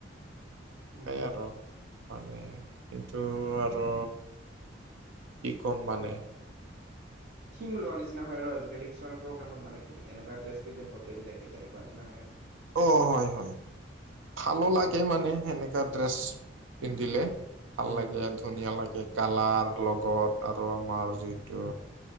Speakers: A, on the right; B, on the right.
A: উম
B: সেই আৰু মানে কিন্তু আৰু কি ক'ম মানে!
A: থিম লোৱাৰ নিচিনা হয় আৰু আজিকালি কিছুমান প্ৰগ্ৰামত মানে কি এনেকুৱা ড্ৰেছ পিন্ধিম গোটেইবিলাকে তেনেকুৱা নিচিনা হয়, আৰু!
B: অ হয় হয় ভালো
A: কিছুমানে
B: লাগে মানে সেনেকা ড্ৰেছ পিন্ধিলে। ভাল
A: উম
B: লাগে ধুনীয়া লাগে কালাৰ লগত আৰু আমাৰ যিটো।